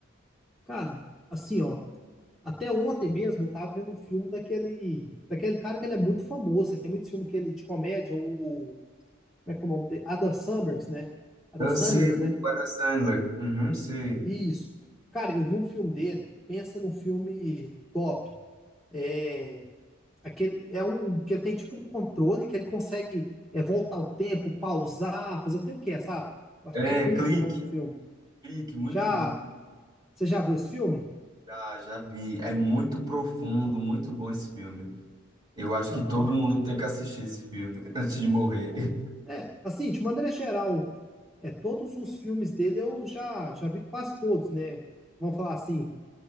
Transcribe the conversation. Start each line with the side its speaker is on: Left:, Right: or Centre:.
Centre: Cara, assim, ó, até ontem mesmo eu tava vendo um filme daquele, daquele cara que ele é muito famoso, ele tem muito filme que ele de comédia, o, como é que é o nome dele? Adam Summers, né? Adam
Right: Eu
Centre: Summers,
Right: sei, o
Centre: né?
Right: Adam Sandler. Uhum, sei.
Centre: Isso. Cara, eu vi um filme dele, pensa num filme top. É aquele é um que ele tem tipo um controle que ele consegue é, voltar o tempo, pausar, fazer o que ele quer, sabe? Eu acho
Right: É,
Centre: que é clique
Right: Clique,
Centre: o nome do filme.
Right: Clique, muito
Centre: Já
Right: bom.
Centre: você já viu esse filme?
Right: Já, já vi. É muito profundo, muito bom esse filme. Eu acho
Centre: Aham.
Right: que todo mundo tem que assistir esse filme <laughs> antes de morrer. <laughs>
Centre: É, assim, de maneira geral, é todos os filmes dele eu já já vi quase todos, né? Vamos falar assim,